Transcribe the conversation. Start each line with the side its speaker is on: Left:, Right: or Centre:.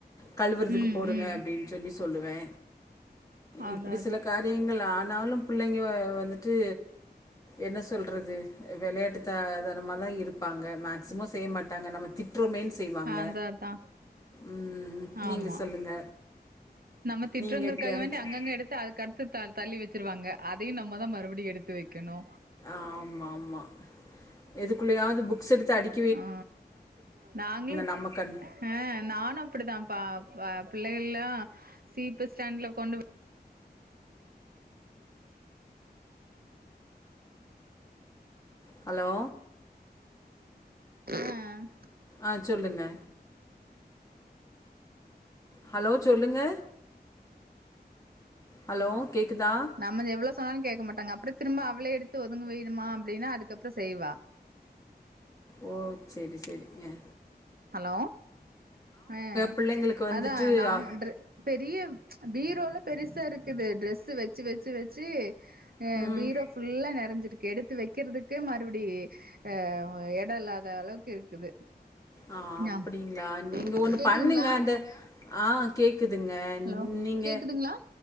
Left: கழுவுறதுக்கு
Right: ம்
Left: போடுங்க
Right: ம்
Left: அப்டின்னு சொல்லி சொல்லுவே
Right: அதா
Left: இப்டி
Right: அதா
Left: சில காரியங்கள் ஆனாலூ பிள்ளைங்க வந்துட்டு என்ன சொல்றது வெளையாட்டு தா தனமாதா இருப் பாங்க மேக்சிமோ செய்ய மாட்டாங்க நம்ம திட்றோமேன்னு செய்வாங்க
Right: அதா அதா
Left: ம்
Right: ஆமா
Left: நீங்க சொல்லுங்க
Right: நம்ம திட்டுறோங்கிறதுக்காக
Left: நீங்க எப்டி யாராச்சு
Right: வேண்டி அங்கங்க எடுத்து அதுக்கடுத்து த தள்ளி வச்சிருவாங்க அதையூ நம்ம தா மறுபடியூ எடுத்து வெக்கணூ
Left: ஆமா ஆமா எதுக்குள்ளயாவது புக்ஸ் எடுத்து அடிக்
Right: ஆ நாங்ளுட்
Left: நம்ம கண்
Right: ஆ நானூ அப்டிதாம்பா வ அ பிள்ளைகள்லா சீப்பு ஸ்டாண்ட்ல கொண்டு போ
Left: ஹலோ
Right: ஆ
Left: ஆ சொல்லுங்க ஹலோ சொல்லுங்க ஹலோ கேக்குதா
Right: நம்மது எவ்ளோ சொன்னால கேக்க மாட்டாங்க அப்றோ திரும்ப அவ்ளே எடுத்து து ஒதுங்க வைடிமானா அப்டின்னா அதுக்கப்றோ செய்வா
Left: ஓ செரி செரி அ
Right: ஹலோ ஆ
Left: பிள்ளைங்களுக்கு வந்துட்டு
Right: அதா நா
Left: ஆ,
Right: ட்ர் பெரிய பீரோலா பெருசாருக்குது ட்ரெஸ்ஸூ வச்சு வச்சு வச்சு ஆ
Left: ம்
Right: பீரோ ஃபுல்லா நெறஞ்சிருக் கெடுத்து வெக்கிறதுக்கு மறுப்டி ஆ எடோ இல்லாத அளவுக்கு இருக்குது
Left: ஆ அப்படிங்ளா
Right: ஆமா
Left: நீங்க ஒன்னு
Right: கேக்குதுங்களா
Left: பண்ணுங்க அந்த ஆ குதுங்க
Right: ஹலோ
Left: நீங்க
Right: கேக்குதுங்களா